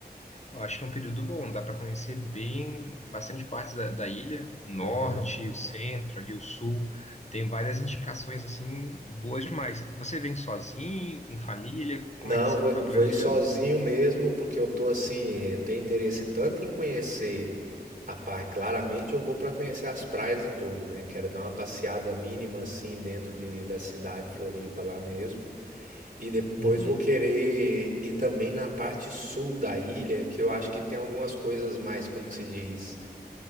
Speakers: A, on the left; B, on the right.
A: Eu acho que é um período bom, dá para conhecer bem bastante partes da, da ilha, o norte,
B: Aham.
A: o centro, ali o sul. Tem várias indicações assim boas demais. Você vem sozinho, com família?
B: Não,
A: Como é que você
B: vou,
A: está
B: vou
A: planejando?
B: ir sozinho mesmo, porque eu tô assim, eh, eu tenho interesse tanto em conhecer Ah, pá, claramente eu vou para conhecer as praias e tudo, né? Quero dar uma passeada mínima assim dentro de, da cidade Floripa lá mesmo. E depois
A: Uhum.
B: vou querer ir também na parte sul da ilha, que eu acho que tem algumas coisas mais, como que se diz,